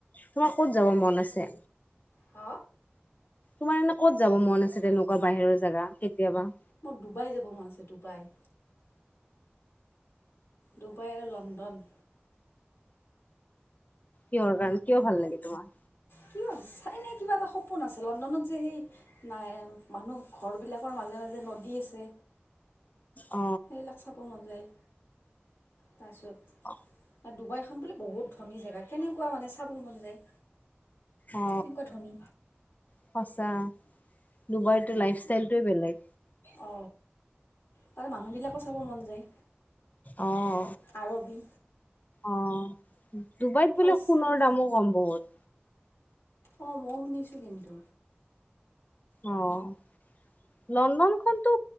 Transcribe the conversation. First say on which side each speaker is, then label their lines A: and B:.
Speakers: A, on the left; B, on the left.
A: তোমাৰ ক'ত যাব মন আছে?
B: হা?
A: তোমাৰ এনে ক'ত যাব মন আছে তেনেকুৱা বাহিৰৰ জেগা কেতিয়াবা?
B: মোৰ ডুবাই যাব মন আছে ডুবাই। ডুবাই আৰু লণ্ডন।
A: কিহৰ কাৰণে কিয় ভাল লাগে তোমাৰ?
B: কিয় ছাইনাই কিবা এটা সপোন আছে লণ্ডনত যে সেই, নাই মানুহ ঘৰবিলাকৰ মাজে মাজে নদী আছে।
A: অ
B: সেইবিলাক চাব মন যায় তাৰপিছত।
A: অ
B: আ ডুবাইখন বোলে বহুত ধনী জেগা কেনেকুৱা মানে চাব মন যায়।
A: অ
B: কেনেকুৱা ধনী?
A: সঁচা ডুবাইতো লাইফষ্টাইলটোৱে বেলেগ।
B: অ, তাৰ মানুহবিলাকো চাব মন যায়।
A: অ'
B: আৰবি
A: অ' ডুবাইত বোলে
B: ইচ্ছা
A: সোণৰ
B: আৰু
A: দামো কম বহুত।
B: অ' ময়ো শুনিছোঁ কিন্তু।
A: অ' লণ্ডনখনতো